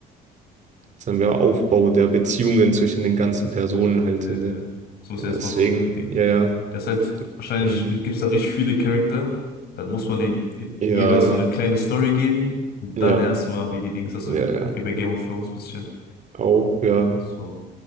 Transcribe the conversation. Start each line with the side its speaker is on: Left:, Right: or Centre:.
Right: sagen wir, Aufbau der Beziehungen zwischen den ganzen Personen halt
Left: Nee.
Right: in der,
Left: Das muss
Right: äh,
Left: erstmal
Right: deswegen,
Left: so ein Ding.
Right: ja, ja,
Left: Das halt, wahrscheinlich
Right: mhm.
Left: gibt es da richtig viele Charakter. Dann muss man denen
Right: ja,
Left: jeweils so eine kleine Story geben. Und
Right: ja,
Left: dann erstmal, wie die Dings, also
Right: ja, ja,
Left: wie bei Game of Thrones ein bisschen.
Right: auch, ja,
Left: So.